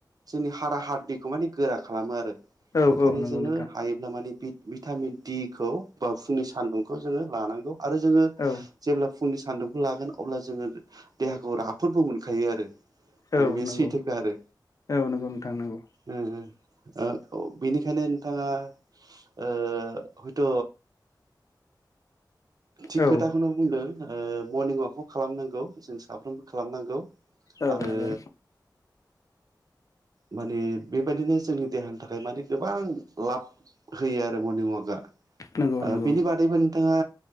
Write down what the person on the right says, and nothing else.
जोंनि हारा हादिखौ मानिे गोरा खालामो आरो।
ओंखायनो
जोङो
हायोब्ला माने भिटामिन खौ बा फुंनि सानदुं खौ जों लानांगौ आरो जोङो
जे फुंनि सान्दुंखौ लागोन अब्ला जोङो देहाखौ राफोदबो मोनखायो आरो। माने
बे
सैथोखा आरो।
ओ-ओ। ओ बेनिखायनो नोंथाङा ओ हयथ' थिग
खोथाखौनो बुंदों ओ मर्निं वाकखौ खालामनांगौ जों साफ्रोमबो खालामनांगौ।
आरो
माने बेबायदिनो जोंनि देहानि थाखाय मान गोबां लाब होयो आरो मर्निं अवाकआ।
ओ
बिनि बादैबो नोंथाङा